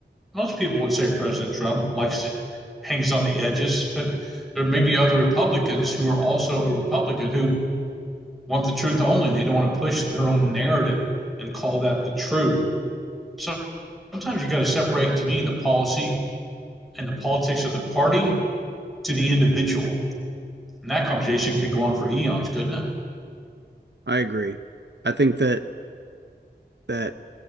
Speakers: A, in the centre; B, on the right (about 75°).
A: most people would say President Trump likes to, <laughs> hangs on the edges, but there may be other Republicans who are also a Republican who want the truth only and they don't want to push their own narrative and call that the truth. So sometimes you got to separate to me the policy and the politics of the party to the individual And that conversation could go on for eons, couldn't it?
B: I agree. I think that that